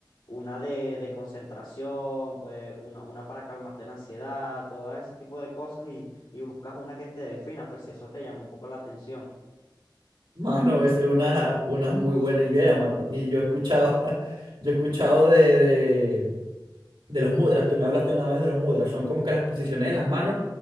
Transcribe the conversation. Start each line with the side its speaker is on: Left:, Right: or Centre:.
Left: Una de, de concentración, pues una, una para calmarte la ansiedad, todo ese tipo de cosas y, y buscas una que te defina, pues si eso te llama un poco la atención.
Right: Mano, esa es una, una muy buena idea, mano. Y yo he escuchado, <laughs> yo he escuchado de, de, de los mudras. Tú me hablaste una vez de los mudras. Son como que las posiciones de las manos